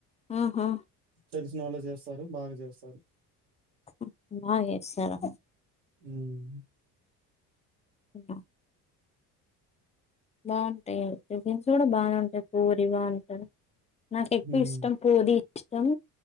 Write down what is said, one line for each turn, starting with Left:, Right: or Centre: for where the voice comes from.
Left: ఆహా!
Right: తెలిసిన వాళ్ళే చేస్తారు బాగా చేస్తారు
Left: హ బా చేస్తారా
Right: ఉమ్
Left: ఉ ఆ బాగుంటాయి టిఫిన్స్ కూడా బాగానే ఉంటాయి పూరి బాగుంటాయి నాక ఎక్కువ
Right: హ్మ్.
Left: ఇష్టం పూరి ఇష్టం